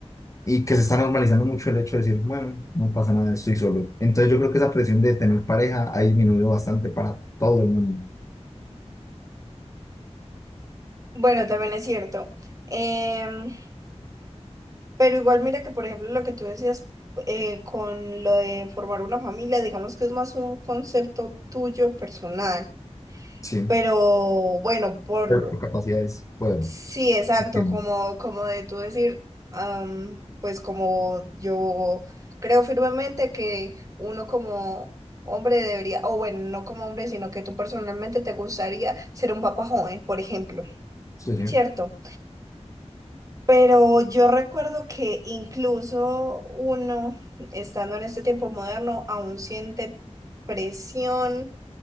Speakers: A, on the left; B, on the right.
A: y que se está normalizando mucho el hecho de decir, bueno, no pasa nada, estoy solo. Entonces yo creo que esa presión de tener pareja ha disminuido bastante para todo el mundo.
B: Bueno, también es cierto. Em, pero igual mira que, por ejemplo, lo que tú decías eh, con lo de formar una familia, digamos que es más un concepto tuyo personal.
A: Sí,
B: Pero bueno, por
A: Pero- por capacidades puedo,
B: sí, exacto,
A: entiendo.
B: como, como de tú decir, am, pues como yo creo firmemente que uno como hombre debería, o bueno, no como hombre, sino que tú personalmente te gustaría ser un papá joven, por ejemplo,
A: Sí, sí,
B: ¿cierto? Pero yo recuerdo que incluso uno, estando en este tiempo moderno, aún siente presión